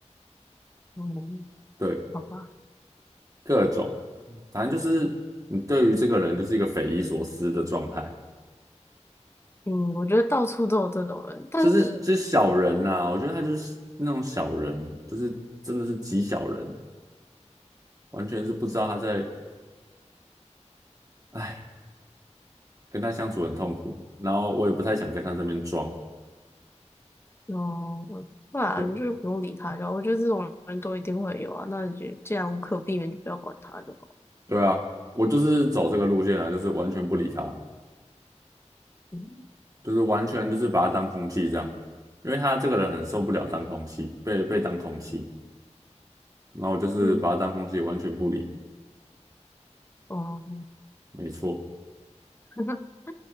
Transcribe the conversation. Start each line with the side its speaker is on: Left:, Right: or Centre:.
Left: 嗯，
Right: 对，
Left: 好吧，
Right: 各种，反正就是你对于这个人就是一个匪夷所思的状态，
Left: 嗯，我觉得到处都有这种人，但是
Right: 就是就是小人啦、我觉得他就是那种小人，就是真的是极小人，完全是不知道他在，哎，跟他相处很痛苦，然后我也不太想跟他这边装，
Left: 哦，我对啊，
Right: 对，
Left: 你就是不用理他就好。我觉得这种人都一定会有啊，那你就既然无可避免，就不要管他就好。
Right: 对啊，我就是走这个路线啊，就是完全不理他，
Left: 嗯
Right: 就是完全就是把他当空气这样，因为他这个人很受不了当空气，被被当空气，然后我就是把他当空气，
Left: 嗯，
Right: 完全不理。
Left: 哦。
Right: 没错，
Left: <laughs>